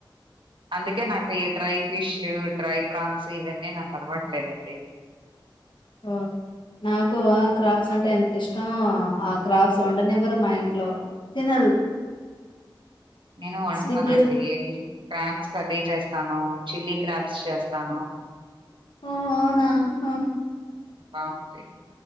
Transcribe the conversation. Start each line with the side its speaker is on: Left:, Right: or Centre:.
Right: అందుకే నాకు ఈ డ్రై ఫిష్ డ్రై ప్రాన్స్ ఇవన్నీ నాకు అలవట్లేదండి
Left: ఆ నాకు ఆ క్రాప్స్ అంటే ఎంత ఇష్టమో ఆ క్రాప్స్ వండనివ్వరు మా ఇంట్లో తినరు
Right: నేను వండుతానండి
Left: స్విగ్గీలో
Right: ఏ క్రాబ్స్ కర్రీ చేస్తాను చిల్లీ క్రాప్స్ చేస్తాను
Left: ఓ అవునా ఆ
Right: బాగుంటాయి